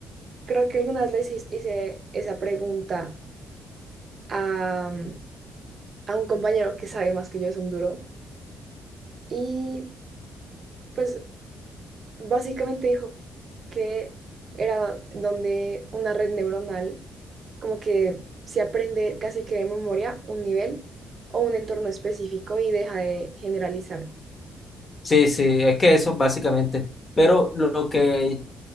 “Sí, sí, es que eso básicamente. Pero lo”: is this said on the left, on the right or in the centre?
Left